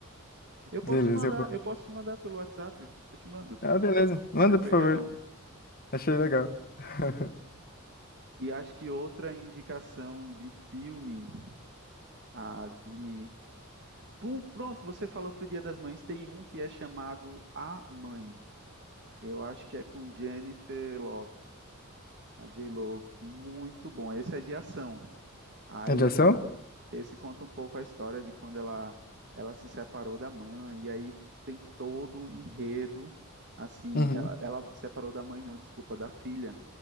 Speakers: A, on the right; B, on the left.
A: Eu
B: Beleza,
A: posso te mandar,
B: eu vou.
A: eu posso te mandar pelo WhatsApp, eu te mando.
B: Ah, beleza. Manda,
A: Se aperreia
B: por favor.
A: não.
B: Achei legal. <laughs>
A: E acho que outra indicação de filme, a de Pum, pronto, você falou pro Dia das Mães, tem um que é chamado A Mãe. Eu acho que é com Jennifer Lopez a J-Lo. Muito bom. Esse é de ação. Aí
B: É de ação?
A: Esse conta um pouco a história de quando ela, ela se separou da mãe, e aí tem todo um enredo, assim,
B: Uhum.
A: ela, ela se separou da mãe, não, desculpa, da filha,